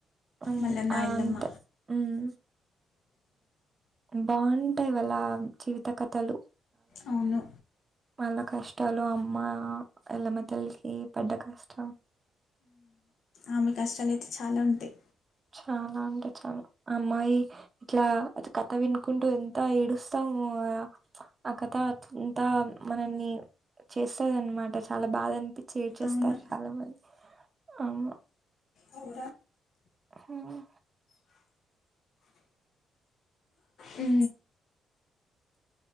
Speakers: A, on the right; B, on the left.
A: హమ్
B: మల్లన్న
A: ఆ
B: ఎల్లమ్మ
A: అంతే ఉమ్ బాగుంటాయి వాళ్ల జీవిత కథలు
B: అవును
A: మళ్ళ కష్టాలు అమ్మ ఎల్లమ తల్లికి పడ్డ కష్టం
B: ఆమె కష్టాలుయితే చాలా ఉంటాయి
A: చాలా అంటే చాలా అమ్మాయి ఇట్లా కథ వినుకుంటూ ఎంత ఏడుస్తామో ఆ కథ అంతా మనని చేస్తద అన్నమాట చాలా బాధ అనిపించి ఏడ్చేస్తారు
B: అవును
A: చాలా మంది అవును
B: అవు
A: హ్మ్.
B: ఆ ఉ